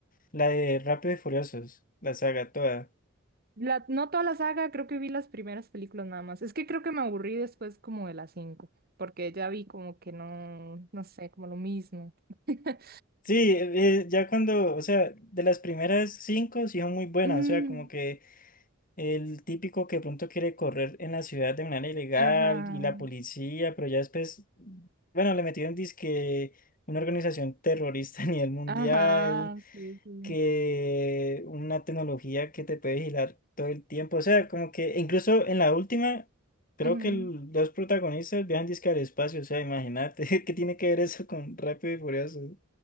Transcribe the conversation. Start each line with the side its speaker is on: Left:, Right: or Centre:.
Left: La de Rápido y Furiosos, la saga toda.
Right: La, no toda la saga, creo que vi las primeras películas nada más. Es que creo que me aburrí después como de las cinco, porque ya vi como que no, no sé, como lo mismo. <laughs>
Left: Sí, eh, ya cuando, o sea, de las primeras cinco sí son muy buenas,
Right: Mm,
Left: o sea, como que el típico que de pronto quiere correr en la ciudad de manera ilegal
Right: Ajá,
Left: y la policía, pero ya después, bueno, le metieron disque una organización terrorista <laughs> a nivel mundial.
Right: ajá, sí, sí.
Left: que una tecnología que te puede vigilar todo el tiempo. O sea, como que incluso en la última, creo
Right: ujú,
Left: que el- los protagonistas viajan disque al espacio. O sea, imagínate, <laughs> ¿qué tiene que ver eso con Rápido y Furioso?